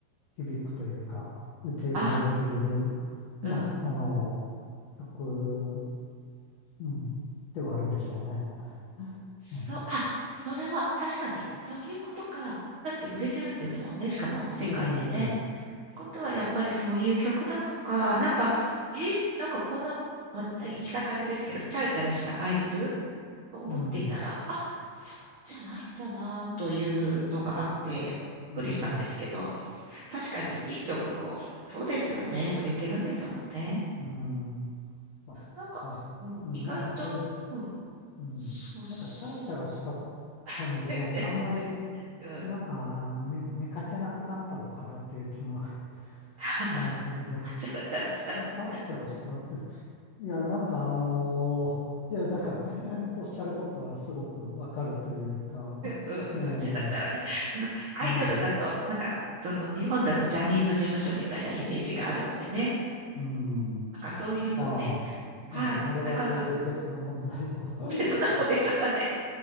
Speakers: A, on the left; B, on the right.
A: 響くというか、受け入れられる、
B: あ、うん。
A: まあ、あの、曲、うん、ではあるんでしょうね。
B: そ、
A: うん。
B: あ、それは確かにそういうことか。だって売れてるんですもんね。しかも世界でね。
A: ええ、
B: ってことはやっぱりそういう曲なのか、なんか、え、なんかこんな、わ言い方あれですけど、チャラチャラしたアイドルと思っていたら、
A: うん、
B: あ、そうじゃないんだなというのがあって、びっくりしたんですけど、
A: うん、
B: 確かにいい曲を、そうですよね、売れてるんですもんね。
A: うん。まあ、確かにね。
B: なんか、うん、
A: うん、
B: 意外と、
A: なんかそういう、
B: うん、
A: うん、
B: そうっす、
A: なんかチャラチャラした感じのってあんまり、
B: <laughs> 全然、うん、
A: なんか見、見かけなくなったのかなっていう気も
B: <laughs>
A: しますけど。
B: チャラチャラした。うん
A: もうチャラチャラしたって。いや、なんかあのーいや、なんか、<laughs> おっしゃることはすごくわかるというか、
B: うんうん、
A: ええ
B: チャラチャラね。そのアイドルだと、
A: うん、
B: なんか、その日本だとジャニーズ事務所みたいなイメージがあるのでね。
A: うん。
B: なんかそういうね、
A: まあ、
B: はい。
A: ええあれはあれで別の問題を。
B: だからそ別の、
A: <laughs>
B: 別なね、